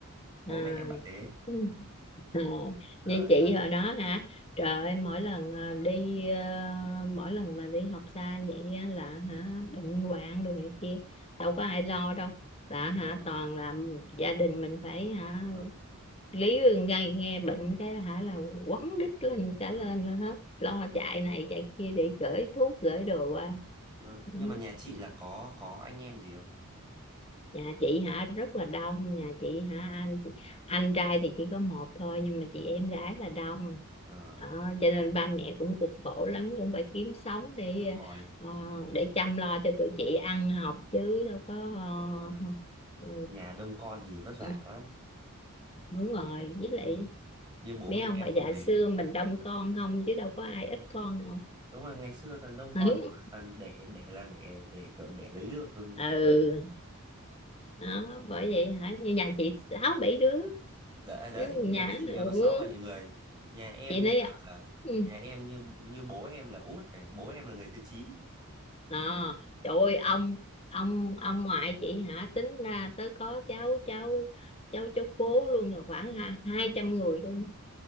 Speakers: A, on the right; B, on the left.
A: bố
B: À.
A: mẹ em bảo thế
B: Ừ. Ồ,
A: ờ
B: vậy chị
A: đấy
B: hồi đó hả? Trời ơi, mỗi lần ờ, đi ờ, mỗi lần mà đi học xa vậy á là hả bệnh hoạn đồ này kia đâu có ai lo đâu. Là
A: đúng
B: hả
A: rồi
B: toàn là gia đình mình phải hả
A: vâng
B: lý nghe nghe bệnh cái hả là quấn đít lên
A: vâng
B: cả lên hết lo chạy này chạy kia để gửi thuốc gửi đồ qua.
A: vâng
B: Ừ.
A: nhưng mà nhà chị là có có anh em gì không
B: Nhà chị hả rất là đông nhà chị hả anh chị, anh trai thì chỉ có một thôi nhưng mà chị em gái là đông
A: ờ
B: Ờ, cho nên ba mẹ cũng cực khổ lắm cũng phải kiếm sống để
A: đúng rồi
B: ờ, để chăm lo cho tụi chị ăn học chứ đâu có
A: đúng rồi
B: ờ, ừ,
A: nhà đông con thì vất vả
B: ừ,
A: lắm
B: đúng rồi
A: như nhà-
B: với lại
A: như như bố
B: mấy
A: mẹ
B: ông
A: em
B: bà già
A: cũng thế
B: xưa mình đông con không chứ đâu có ai ít con đâu
A: đúng rồi ngày xưa toàn đông
B: <laughs>
A: con mà toàn đẻ đẻ là đẻ đẻ kiểu đẻ lấy được luôn đấy
B: ừ đó
A: Ừ.
B: bởi vậy hả như nhà chị sáu bảy đứa
A: đấy, đấy
B: Ừ,
A: nhà
B: nhà
A: chị
B: ừ.
A: có sáu bảy người nhà em
B: chị
A: như
B: nói
A: kiểu là
B: ừ,
A: nhà em như như bố em là út này bố em là người thứ chín
B: à, trời ơi ông ông ông ngoại chị hả tính ra tới có cháu cháu cháu cháu cố luôn là khoảng ha- hai trăm người luôn